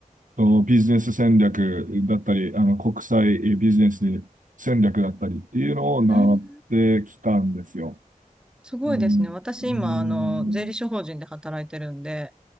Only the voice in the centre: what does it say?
うん、
すごいですね。
私今、
あの、税理士法人で働いてるんで、